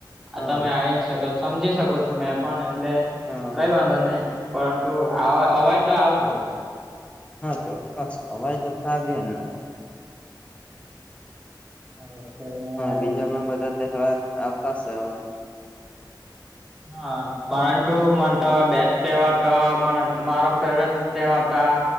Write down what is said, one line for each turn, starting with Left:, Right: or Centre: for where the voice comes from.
Left: હા
Centre: તમે આવી નઈ શકો સમજી શકો છો મેં પણ એટલે
Left: હા
Centre: કઈ વાંધો નહી. પરંતુ અવાય તો આવજો
Left: હા ચોક્કસ હવાજ તો થાવ ને
Centre: બરાબર છે અને
Left: બીજા પણ બધા તહેવાર આવતા છે, હવે
Centre: હા પરંતુ મને તો બેસ્ટ એવા તો મને મારો ફેવટ તેવાતા